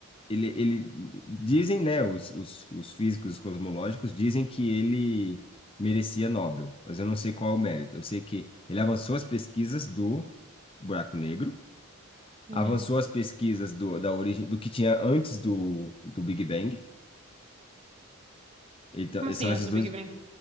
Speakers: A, on the left; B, on the right.
A: ele, ele dizem, né, os, os, os físicos os cosmológicos dizem que ele merecia Nobel, mas eu não sei qual é o mérito. Eu sei que ele avançou as pesquisas do buraco negro,
B: Uhum.
A: avançou as pesquisas do, da origem do que tinha antes do, do Big Bang. Então,
B: Como
A: e
B: assim,
A: são
B: antes
A: esses
B: do
A: dois.
B: Big Bang?